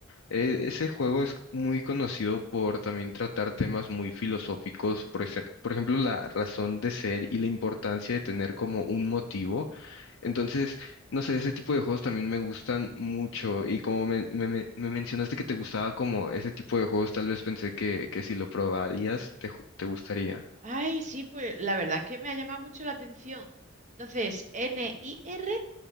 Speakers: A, on the left; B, on the right.
A: E- ese juego es muy conocido por también tratar temas muy filosóficos, por, ese- por ejemplo, la razón de ser y la importancia de tener como un motivo. Entonces, no sé, ese tipo de juegos también me gustan mucho y como me, me- me- me mencionaste que te gustaba como ese tipo de juegos, tal vez pensé que, que si lo probarías te, ju- te gustaría.
B: ay, sí, pues la verdad es que me ha llamado mucho la atención. Entonces, N-I-R.